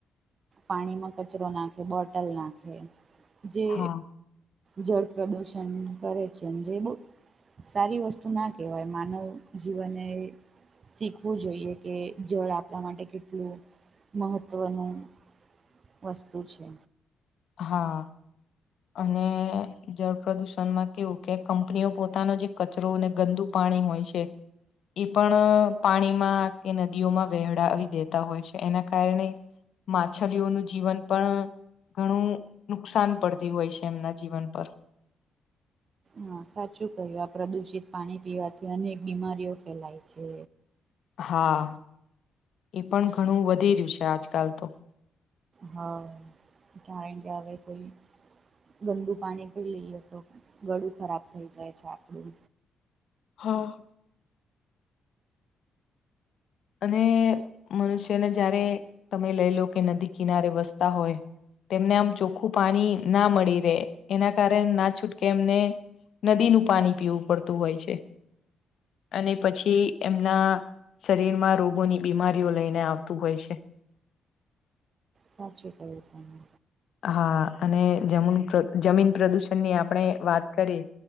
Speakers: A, on the right (about 50°); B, on the left (about 65°).
A: પાણીમાં કચરો નાખે બોટલ નાખે જે
B: હા
A: જળ પ્રદૂષણ કરે છે જે બ સારી વસ્તુ નાખ કહેવાય માનવ જીવન શીખવું જોઈએ કે જળ આપણા માટે કેટલું મહત્ત્વનું વસ્તુ છે.
B: હા. અને જળ પ્રદુષણમાં કેવું કે કંપનીઓ પોતાનો જે કચરોને ગંદુ પાણી હોય છે. એ પણ અ પાણીમાં કે નદીઓમાં વહેહડાવી દેતા હોય છે એના કારણે માછલીઓનું જીવન પણ ઘણું નુકસાન પડતી હોય છે એમના જીવન પર.
A: હ, સાચું કહ્યું આ પ્રદુષિત પાણી પીવાથી અનેક બીમારીઓ ફેલાય છે.
B: હા, એ પણ ઘણું વધી રહ્યું છે આજકાલતો.
A: હા, <unintelligible> કોઈ. ગંદુ પાણી પી લઈએ તો ગળું ખરાબ થઈ જાય છે આપણું.
B: હા. અને મનુષ્યને જયારે તમે લઈ લો કે નદી કિનારે વસતા હોય. તેમને આમ ચોખ્ખું પાણી ના મળી રેય એના કારણે ના છૂટકે એમને નદીનું પાણી પીવું પડતું હોય છે અને પછી એમના શરીરમાં રોગોની બીમારીઓ લઈને આવતું હોય છે.
A: સાચી કયુ તમે.
B: હા, અને જમીન જમીન પ્રદૂષણની આપણે વાત કરી.